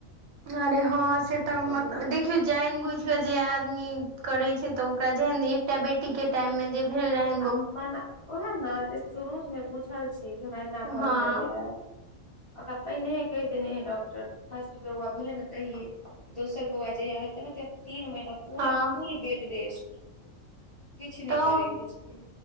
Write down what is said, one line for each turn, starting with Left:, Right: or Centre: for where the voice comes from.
Right: अरे हँ से तऽ
Left: कहू
Right: मत देखियो जानि बुझ के जे आदमी करे छै, तऽ ओकरा जेहन एकटा बेटी के टाइम में जे भेल रहै
Left: आ मने उएह ने, जे शुरू में बुझल छै कि हमरा एना भाग
Right: हँ
Left: जाइया ओकरा पहिनेहे कहि देने रहै डॉक्टर। फर्स्ट बौआ भेले ने तहिये, दोसर बौआ जहिया हेते ने तीन महिना पूरा-पूरी
Right: हँ
Left: बेड रेस्ट। किछु नहि
Right: तऽ
Left: करे के छै,